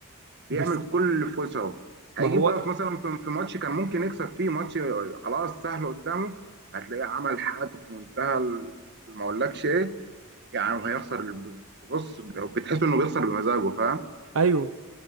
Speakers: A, on the right (about 50°); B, on the right (about 65°).
A: بيعمل
B: بس
A: كل اللي في وسعه هيجي
B: ما هو
A: بقى في مثلا في في ماتش كان ممكن يكسب فيه ماتش خلاص سهل قدامه هتلاقيه عمل حاجه في منتهى ال- ما اقولكش ايه يعني وهيخسر ب- بص بتحس انه بيخسر بمزاجه فاهم
B: ايوه